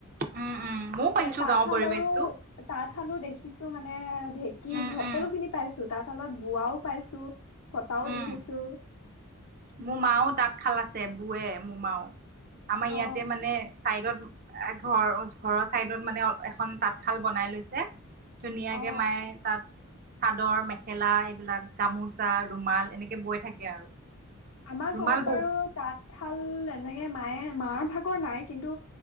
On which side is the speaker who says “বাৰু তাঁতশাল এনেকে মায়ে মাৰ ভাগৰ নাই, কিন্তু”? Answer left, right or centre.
Left